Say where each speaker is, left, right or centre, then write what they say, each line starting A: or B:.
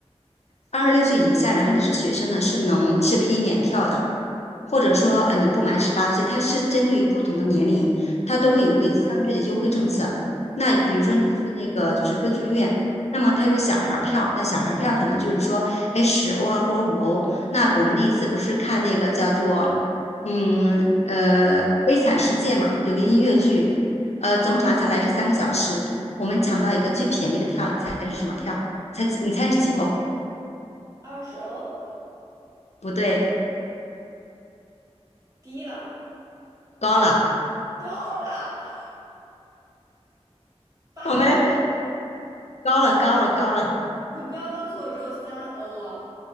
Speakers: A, on the left (about 70°); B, on the right (about 30°).
A: 二十六岁以下，然后你是学生呢，是能是可以免票的。或者说呃你不满十八岁，它是针对于不同的年龄，它都会有一个相对的优惠政策。
B: 嗯
A: 那比如说你去那个就是歌剧院，
B: 嗯，
A: 那么它有小孩儿票，那小孩儿票可能就是说，哎，十欧啊或者五欧。那我们那一次不是看那个叫做嗯呃《悲惨世界》嘛，有个音乐剧，呃，总场下来是三个小时，我们抢到一个最便宜的票，猜是什么票？猜你猜是几欧？
B: 二十哦。
A: 不对，
B: 低了，
A: 高了，
B: 高了，八欧，
A: 我们高了，高了，高了。
B: 你不要告诉我只有三欧啊！